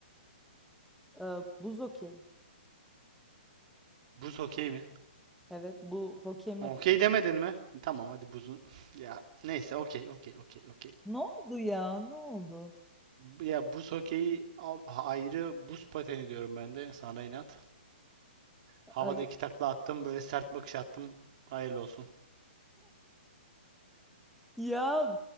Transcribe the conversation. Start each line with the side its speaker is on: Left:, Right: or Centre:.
Centre: Ee, buz hokey.
Right: Buz okey mi?
Centre: Evet bu hokey maçı.
Right: Okey demedin mi? Tamam hadi buzun. <laughs> Ya neyse okey okey okey okey.
Centre: Ne oldu ya? Ne oldu?
Right: Bu- Ya buz hokeyi al- ayrı buz pateni diyorum ben de sana inat. Havada
Centre: Ay.
Right: iki takla attım böyle sert bakış attım. Hayırlı olsun.
Centre: Ya